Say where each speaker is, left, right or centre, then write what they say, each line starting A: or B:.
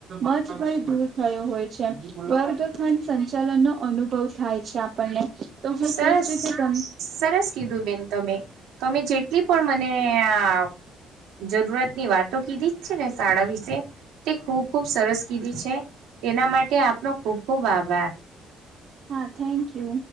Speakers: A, on the right; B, on the right.
A: મજ ભય દૂર થયો હોય છે પર જો ખંડ સંચાલનનો અનુભવ થાય છે આપણને. તો હું
B: સરસ
A: તેજ રીતે તમ
B: સરસ કીધું બેન તમે તમે જેટલી પણ મને આ જરૂરતની વાતો કીધી છે ને શાળા વિશે તે ખૂબ ખૂબ સરસ કીધી છે એના મા ટે આપનો ખુબ ખુબ આભાર.
A: હા, થેન્ક યુ.